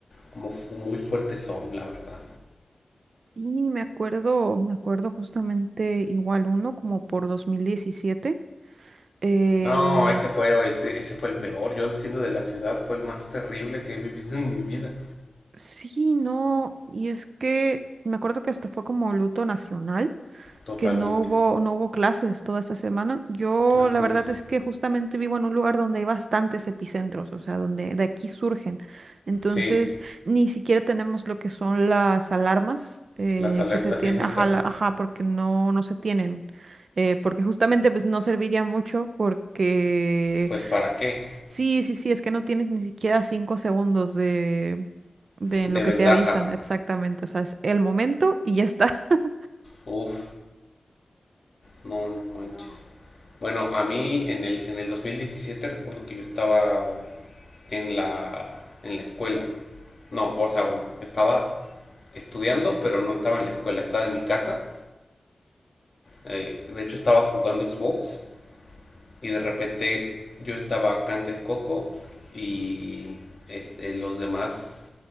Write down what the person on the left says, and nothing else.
como muy fuerte son, la verdad.
No, ese fue, ese, ese fue el peor. Yo siendo de la ciudad fue el más terrible que he vivido en mi vida.
Totalmente.
Así
es.
Sí,
las alertas
sísmicas,
pues para qué,
de
ventaja.
Uf, no, no manches. Bueno, a mí en el, en el 2017 recuerdo que yo estaba en la, en la escuela. No, o sea, bueno, estaba estudiando, pero no estaba en la escuela, estaba en mi casa. Eh, de hecho, estaba jugando Xbox y de repente yo estaba acá en Texcoco y este, los demás